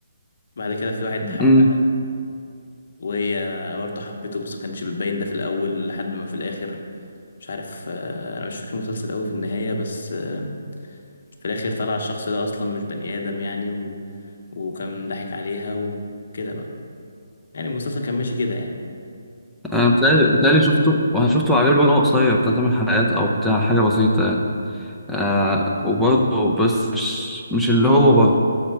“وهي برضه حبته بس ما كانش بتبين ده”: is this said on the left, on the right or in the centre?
Left